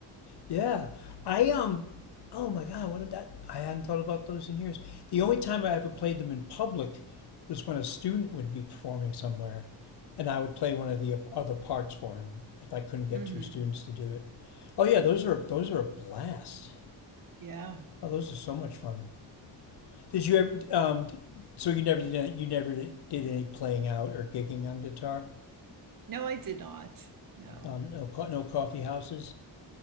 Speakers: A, on the left; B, on the right.
A: Yeah. I um oh my God, what did that I hadn't thought about those in years. The only time I ever played them in public was when a student would be performing somewhere and I would play one of the other parts for him if I couldn't get
B: hmm
A: two students to do it. Oh yeah, those are those are a blast.
B: Yeah.
A: Oh, those are so much fun. Did you ever um d- so you never did any, you never did any playing out or gigging on guitar?
B: No, I did not. No.
A: Um, no, co- no coffee houses.